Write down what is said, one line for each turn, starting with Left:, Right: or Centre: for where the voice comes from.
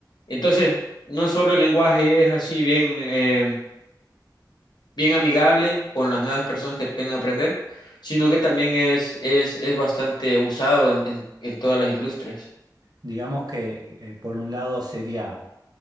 Left: Entonces, no solo el lenguaje es así bien... eh, bien amigable con las nuevas personas que quieren aprender, sino que también es, es, es bastante usado en, en, en todas las industrias.
Right: Digamos que eh, por un lado sería